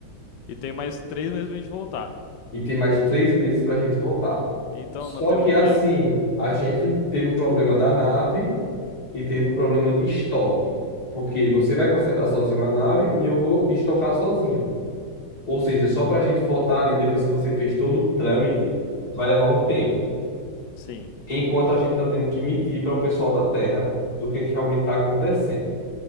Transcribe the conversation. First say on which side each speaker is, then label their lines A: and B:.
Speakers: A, on the left; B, on the left.
A: E tem mais três meses pra gente voltar.
B: E tem mais três meses para a gente voltar.
A: Então,
B: Só
A: na teoria.
B: que, assim, a gente teve o problema da nave e teve o problema de estoque. Porque
A: Uhum,
B: você vai consertar sozinho a nave e eu vou estocar sozinho. Ou seja, só para a gente votar ali depois que você fez todo o trâmite, vai levar um tempo.
A: sim,
B: Enquanto a gente está tendo que mentir para o pessoal da Terra do que, que realmente está acontecendo.